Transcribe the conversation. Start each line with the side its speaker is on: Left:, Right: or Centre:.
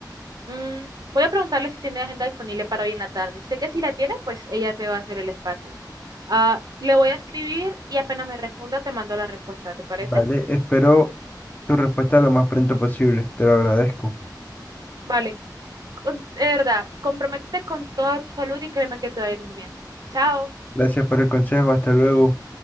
Right: Mm, voy a preguntarle si tiene agenda disponible para hoy en la tarde. Sé que si la tiene, pues ella te va a hacer el espacio. Ah, le voy a escribir y apenas me responda, te mando la respuesta, ¿te parece?
Left: Vale, espero tu respuesta lo más pronto posible, te lo agradezco.
Right: Vale, con- de verdad, comprométete con toda tu salud y créeme que te va a ir muy bien. Chao.
Left: Gracias por el consejo. Hasta luego.